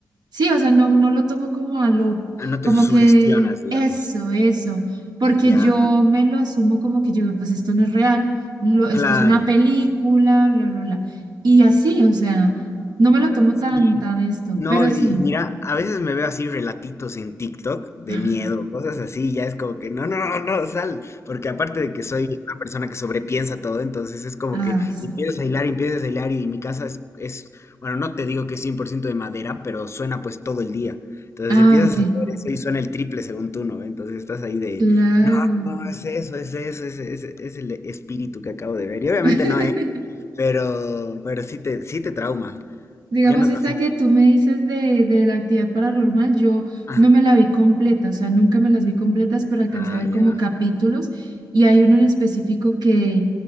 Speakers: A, on the right; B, on the left.
A: Sí, o sea, no, no lo tomo como a lo,
B: Ah, no
A: como
B: te sugestionas,
A: que
B: digamos.
A: eso, eso, porque
B: Ya,
A: yo me lo asumo como que yo, pues esto no es real, lo- esto
B: claro.
A: es una película, bla, bla, bla. Y así, o sea, no me lo tomo tan,
B: Y-
A: tan esto,
B: no,
A: pero
B: y
A: sí.
B: mira, a veces me veo así relatitos en TikTok de
A: <laughs>
B: miedo, cosas así, ya es como que no, no, no, no, sal, porque aparte de que soy una persona que sobrepiensa todo, entonces es como
A: Ah,
B: que
A: sí.
B: empiezas a hilar, empiezas a hilar y mi casa es, es, bueno, no te digo que es 100% de madera, pero suena pues todo el día. Entonces
A: Ah,
B: empiezas
A: ok,
B: a ver eso y suena el triple según tú, ¿no? Entonces estás ahí de,
A: claro.
B: no, no, es eso, es eso, es, es, es el espíritu que acabo de ver. Y obviamente
A: <laughs>
B: no, ¿eh? Pero, pero sí te, sí te trauma.
A: Digamos,
B: Yo no, o
A: esa
B: sea,
A: que tú me dices de, de la actividad paranormal, yo
B: ajá.
A: no me la vi completa, o sea, nunca me las vi completas, pero alcancé
B: Ah,
A: a ver
B: ya.
A: como capítulos y hay uno en específico que,